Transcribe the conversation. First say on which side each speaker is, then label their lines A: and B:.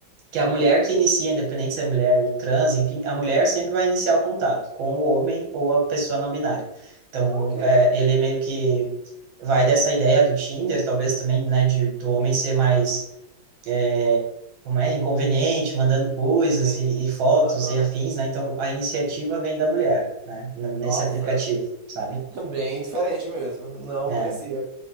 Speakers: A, on the right; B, on the right.
A: que a mulher que inicia, independente se é mulher trans, enfim, a mulher sempre vai iniciar o contato com o homem ou a pessoa não binária. Então,
B: Ok.
A: é, ele meio que vai dessa ideia do Tinder, talvez também, né, de, do homem ser mais, é, como é, inconveniente, mandando coisas
B: Sim,
A: e, e fotos
B: aham.
A: e afins, né? Então, a iniciativa vem da mulher, né, n- nesse
B: Nossa,
A: aplicativo, sabe?
B: <laughs> bem diferente mesmo. Não
A: É,
B: conhecia.